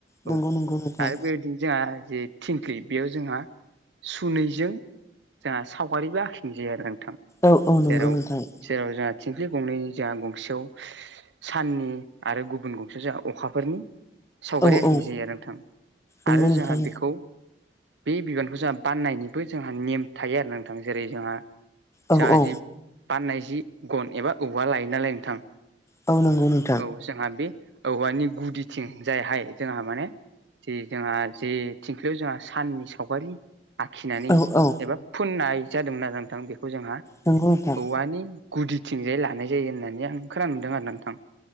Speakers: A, on the right (about 80°); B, on the left (about 15°).
A: औ
B: नंगौ नंगौ नोंथां
A: आरो बेबायदिनो जों जे थिंख्लि बेयाव जोंहा सुनैजों जोंहा सावगारिबो आखिं जायो आरो नोंथां
B: औ औ नंगौ
A: जेराव
B: नथाय
A: जेराव जोंहा थिंख्लि गंनै जोंहा गंसेयाव साननि आरो गुबुन गंसे जों अखाफोरनि सावगारि
B: औ
A: आखिनाय
B: औ
A: जायो आरो नोंथां
B: नंगौ
A: आरो
B: नोंथां
A: जोंहा बेखौ बे बिबानखौ जोंहा बाननायनिबो जोंहा नेम थायो आरो नोंथां जेरै जोंहा
B: औ
A: जोंहा
B: औ
A: जि बाननाय जि गन एबा औवा लायो नालाय नोंथां
B: बावनांगौनो
A: औ जोंहा बे औवानि गुदिथिं जाय हाय जोंहा माने जे जोंहा जे थिंख्लियाव जोंहा साननि सावगारि आखिनानै
B: औ औ
A: एबा फुननाय जादोंमोन आरोना नोथां बेखौ जोंहा
B: नोंगौ नोंथां
A: औवानि गुदिथिंजाय लानाय जायो होननानै आं खोनानो मोनदों आरो नोंथां